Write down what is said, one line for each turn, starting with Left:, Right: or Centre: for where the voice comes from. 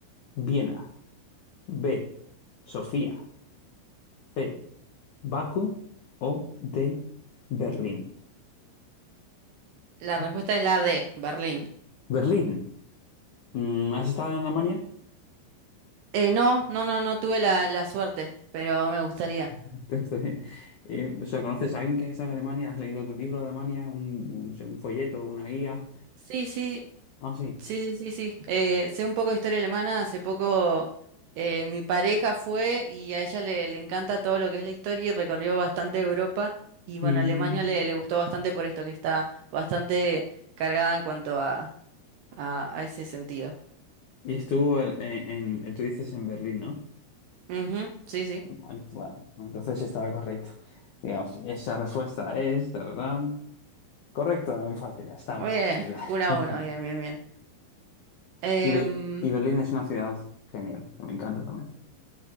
Left: Viena. B. Sofía. C. Bakú. O D. Berlín.
Right: La
Left: Ti-
Right: respuesta es la D, Berlín.
Left: Berlín. Mm, ¿Has estado en Alemania?
Right: Eh, no, no, no, no tuve la, la suerte, pero me gustaría.
Left: <laughs> Te gustaría. Eh, o sea, ¿conoces a alguien que es de Alemania? ¿Has leído algún libro de Alemania? ¿Un, un- un folleto, una guía?
Right: Sí, sí,
Left: Ah, sí.
Right: sí, sí, sí, sí. Eh, sé un poco de historia alemana. Hace poco eh, mi pareja fue y a ella le, le encanta todo lo que es la historia y recorrió bastante Europa. Y bueno,
Left: Mm.
Right: Alemania le, le gustó bastante por esto, que está bastante cargada en cuanto a, a, a ese sentido.
Left: Y estuvo en, en- en- tú dices en Berlín, ¿no?
Right: Ujú, sí, sí.
Left: Bueno, bueno, entonces estará correcto. Digamos, esa respuesta es... tararán, correcto, muy fácil, es tan
Right: Muy
Left: fácil.
Right: bien,
Left: <laughs>
Right: uno a uno, bien, bien, bien. Em,
Left: Y, Be- y Berlín es una ciudad genial, me encanta también.